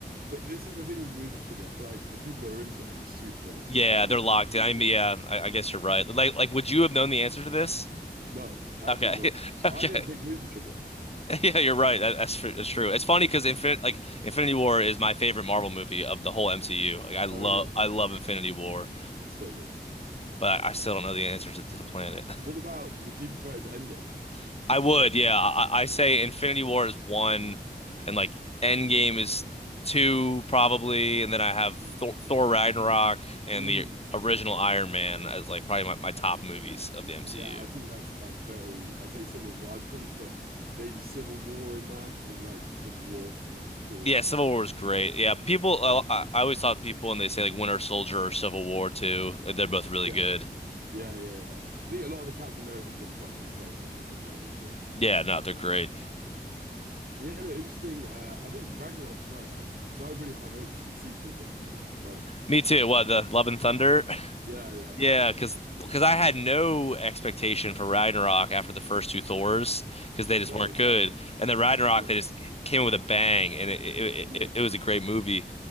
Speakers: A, on the right; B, on the left.
A: But this is the thing with movie trivia. I feel like the people that are into it, like super into
B: Yeah,
A: it, and they
B: they're
A: know.
B: locked
A: all
B: in. I
A: these
B: mean,
A: little
B: yeah,
A: things.
B: I, I guess you're right. Like, like, would you have known the answer to this?
A: No, absolutely
B: Okay,
A: not.
B: <laughs> okay.
A: I didn't pick
B: <laughs>
A: movie trivia.
B: Yeah, you're right. That, that's true. That's true. It's funny because Infinite, like, Infinity War is my favorite Marvel movie of the whole MCU. Like, I love,
A: Oh, really?
B: I love Infinity War,
A: It's so good.
B: but I, I still don't know the answer to, to the planet.
A: What about, would you prefer it to Endgame then?
B: <laughs> I would, yeah. I, I say Infinity War is one, and like Endgame is two probably, and then I have
A: Mm.
B: Thor, Thor Ragnarok and
A: Mm.
B: the original Iron Man as like probably my, my top movies of the MCU.
A: Yeah, I think that's that's very, I'd say similar. but I'd probably put maybe Civil War in there. I really liked Civil War, and that was cool.
B: Yeah, Civil War is great. Yeah, people.
A: And
B: I, I I always thought people when they say like Winter Soldier or Civil War too, they're both really
A: yeah,
B: good.
A: yeah, yeah, yeah. I think a lot of the Captain America films, apart from the first one, were like really, really good.
B: Yeah, no, they're great.
A: Um, but yeah, no, interesting. Uh, I think Ragnarok as well, like, because I had really high hopes for the sequel to that, and then it was rubbish.
B: Me too. What, the Love and Thunder? <laughs>
A: Yeah, yeah.
B: Yeah,
A: yeah.
B: because because I had no expectation for Ragnarok after the first two Thors because they just
A: No,
B: weren't
A: exactly.
B: good, and then Ragnarok
A: Yeah.
B: they just came with a bang, and it it,
A: Mm.
B: it it was a great movie.